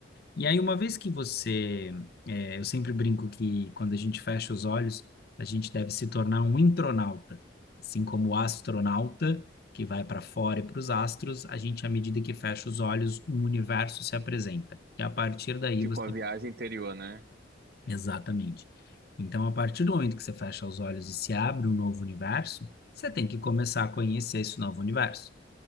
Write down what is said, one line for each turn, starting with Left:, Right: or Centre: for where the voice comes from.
Left: E aí, uma vez que você, é, eu sempre brinco que quando a gente fecha os olhos, a gente deve se tornar um intronauta, assim como o astronauta que vai para fora e para os astros, a gente, à medida que fecha os olhos, um universo se apresenta. E a partir daí
Right: Tipo
Left: você,
Right: a viagem interior, né?
Left: exatamente. Então, a partir do momento que você fecha os olhos e se abre um novo universo, você tem que começar a conhecer esse novo universo.